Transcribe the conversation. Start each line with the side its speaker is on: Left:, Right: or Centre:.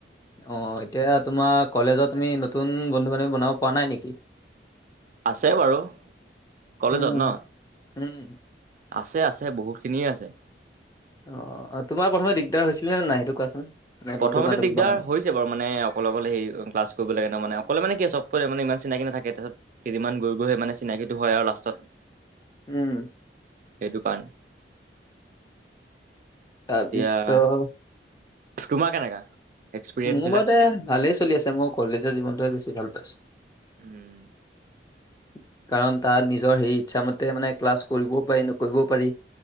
Left: অঁ এতিয়া তোমাৰ কলেজত আমি নতুন বন্ধু বান্ধৱী বনাব পৰা নাই নেকি-
Right: আছে বাৰু কলেজত
Left: উম,
Right: ন
Left: উম,
Right: আছে আছে। আছে বহুতখিনিয়ে আছে।
Left: অ তোমাৰ প্ৰথমে দিগদাৰ হৈছিলে নে নাই সেইটো কোৱাচোন। মানে
Right: প্ৰথমতে
Left: বন্ধু বান্ধৱী
Right: দিগদাৰ
Left: বনাওঁতে,
Right: হৈছে বাৰু মানে অকলে অকলে সে ক্লাছ কৰিব লাগে মানে অকলে মানে কি চব মানে ইমান চিনাকি নাথাকে তাত কেইদমান গৈ গৈ সেই মানে চিনাকিটো হয় আৰু লাষ্টত- সেইটো
Left: উম,
Right: কাৰণে।
Left: তাৰ
Right: এতিয়া
Left: পিছত-
Right: তোমাৰ কেনেকা। এক্সপিৰিয়েঞ্চ
Left: মোৰ
Right: বিলাক
Left: বাৰুতে ভালেই চলি আছে মোৰ কলেজৰ জীৱনটোহে বেছি ভাল পাইছো।
Right: উম
Left: <unintelligible> কাৰণ তাৰ নিজৰ সেই ইচ্ছামতে মানে ক্লাছ কৰিবও পাৰি নকৰিবও পাৰি